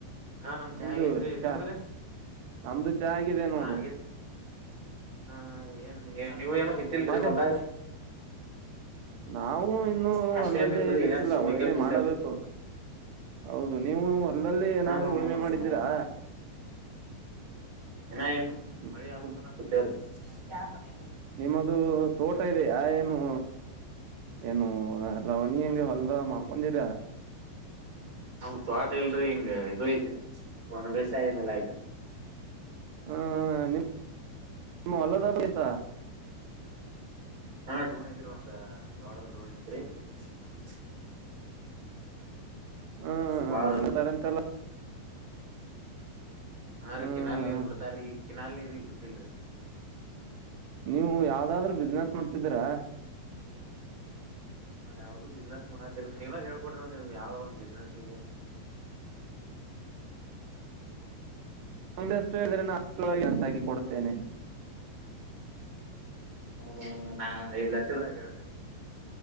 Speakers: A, on the right; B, on the right.
A: ಹಾ ನಮ್ ಚಾ
B: ನಿಮ್ದು
A: ಆಗೇತ್ರಿ
B: ಚಾ
A: ನಿಮದ್ರಿ
B: ನಮ್ದು ಚಾ ಆಗಿದೆ ನೋಡು
A: ಹಾ ಆಗೇತ್ರಿ ಹಾ ಏನ್ ನೀವ ಏನ ಬಿತ್ತಿಲ್ರಿ
B: ಮತ್ತೆ
A: ಹೊಲ್ದಾಗ್ರಿ
B: ನಾವು ಇನ್ನುೂ
A: ಮತ್ತೇನ್
B: ಅಲ್ಲಲ್ಲಿ
A: ಇಲ್ರಿ
B: ಬಿತ್ತಿಲ್ಲ
A: ಏನ್ ಸುಮ್
B: ಉಳುಮೆ
A: ಹಿಂಗೆ ಕೂತೇವ್
B: ಮಾಡಬೇಕು ಹೌದು ನೀವು ಅಲ್ಲಲ್ಲಿ ಏನಾದ್ರೂ
A: ಹಾ ಹಾ
B: ಉಳುಮೆ ಮಾಡಿದ್ದೀರಾ
A: ಇನ ಏನು ಇಲ್ರರಿ
B: ಹ್ಮ್
A: ಮಳಿ ಆಗುತ್ನ ಕುತ್ರಿ <unintelligible> <inaudible>
B: ನಿಮ್ಮದು ತೋಟ ಇದೆ ಆ ಏನು ಏನು ಎ ಲವಣಿ ಹೆಂಗೆ ಹೊಲ್ದ ಮಾಡ್ಕೊಂಡೀರ <unintelligible>
A: ನಮ್ತ್ ಆಟ ಎಲ್ರಿ ಹಿಂಗ ಇ ಐತ್ರಿ ಒನ ಬೇಸಾಯ ಏನೆಲ್ಲಾ ಐತ್ರಿ <unintelligible>
B: ಹ ನಿ ನಿಮ್ಮ ಹೊಲದ ಬಂತ
A: ಹಾ ಡೋನಿ ಐತ್ರಿ ಒಂದ ಗೋಡದ ಡೋನಿ ಐತ್ರಿ <unintelligible>
B: ಹಾ
A: ಬಾಳ
B: ಅವ ತಾರೆಂತೆಲ್ಲ
A: ಹಾ ರೀ
B: ಹ್ಮ್
A: ಕಿನಲ್ ನೀರ್ ಬಿಡ್ತಾಾರೀ ಈ ಕಿನಲ್ ನೀರ್ ಈಗ್ ಬಿಟ್ಟಲ್ರಿ
B: ನೀವು ಯಾವ್ದಾದ್ರು ಬಿಸ್ನೆಸ್ ಮಾಡ್ತಿದೀರಾ
A: ಯಾವ್ದು ಬಿಸ್ನೆಸ್ ಮಾಡದಿಲ್ಲ ನೀವ ಹೋಗಬ್ರ ಯಾವ ಒಂದ ಬಿಸ್ನೆಸ್ ಬ
B: ಮ ಅಷ್ಟು ಹೇಳಿದ್ರೆ ನು ಅಷ್ಟ್ರೊಳಗೆ ಎಸ ಹಾಕಿ ಕೊಡುತ್ತೇನೆ
A: ಹ ನಾ ಐದ್ ಲಕ್ಷದಾಗ ಹೇಳ್ತಿ